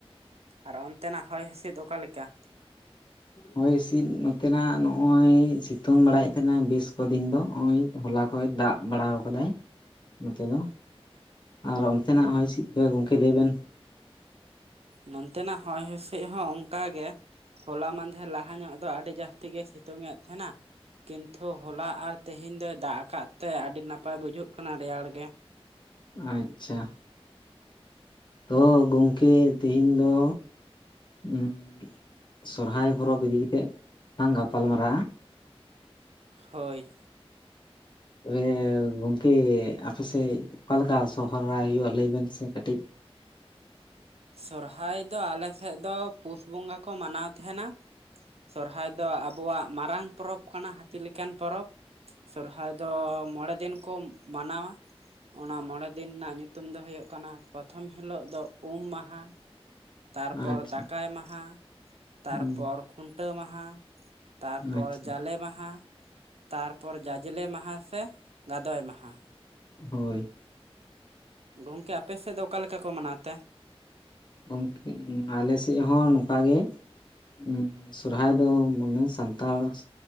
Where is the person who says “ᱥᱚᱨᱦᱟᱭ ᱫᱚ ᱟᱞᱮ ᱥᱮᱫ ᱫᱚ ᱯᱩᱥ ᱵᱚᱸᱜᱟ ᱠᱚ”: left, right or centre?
Right